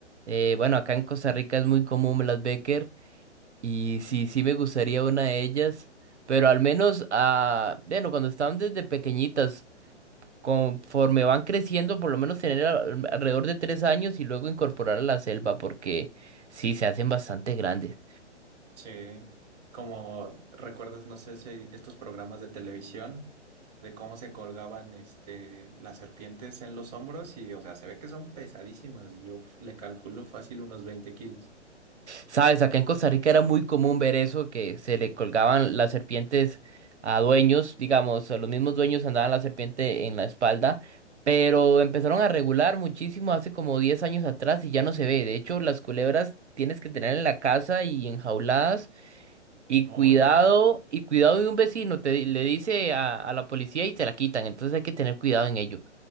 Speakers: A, on the right (about 70°); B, on the right (about 35°).
A: Eh, bueno, acá en Costa Rica es muy común las Becker y sí, sí me gustaría una de ellas, pero al menos, ah, bueno, cuando estaban desde pequeñitas, conforme van creciendo, por lo menos tener al- alrededor de tres años y luego incorporar a la selva porque sí, se hacen bastante grandes.
B: Sí, como recuerdas, no sé si estos programas de televisión, de cómo se colgaban, este, las serpientes en los hombros y, o sea, se ve que son pesadísimas. Yo f- le calculo fácil unos 20 kilos.
A: Sabes, acá en Costa Rica era muy común ver eso, que se le colgaban las serpientes a dueños, digamos, a los mismos dueños andaban la serpiente en la espalda, pero empezaron a regular muchísimo hace como 10 años atrás y ya no se ve. De hecho, las culebras tienes que tener en la casa y enjauladas y
B: Oh,
A: cuidado,
B: ya.
A: y cuidado de un vecino, te le dice a, a la policía y te la quitan, entonces hay que tener cuidado en ello.